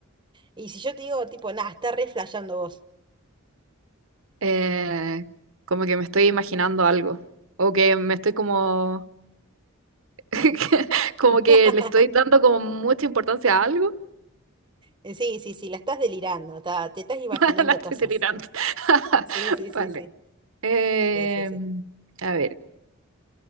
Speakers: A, on the right; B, on the right.
A: Y si yo te digo, tipo, nada, estás re flasheando vos.
B: Eh, como que me estoy imaginando algo. O que me estoy como. <laughs> Como
A: <laughs>
B: que le estoy dando como mucha importancia a algo.
A: Eh, Sí, sí, sí, la estás delirando, ta- te estás imaginando
B: <laughs> La estoy
A: cosas.
B: delirando. <laughs>
A: Sí, sí, sí, sí,
B: Vale.
A: sí,
B: Eh,
A: sí, sí.
B: a ver,